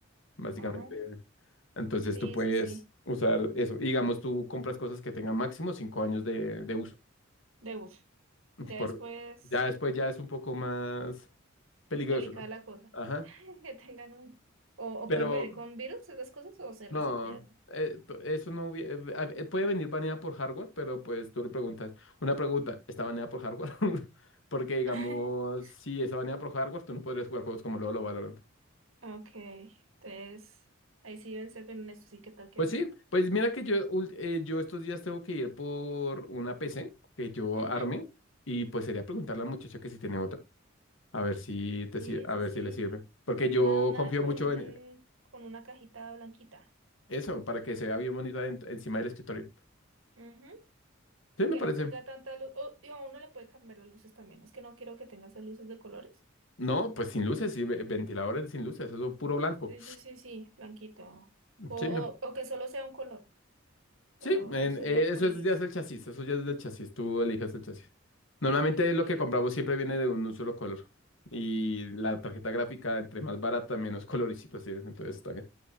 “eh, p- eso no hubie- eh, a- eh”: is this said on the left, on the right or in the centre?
Left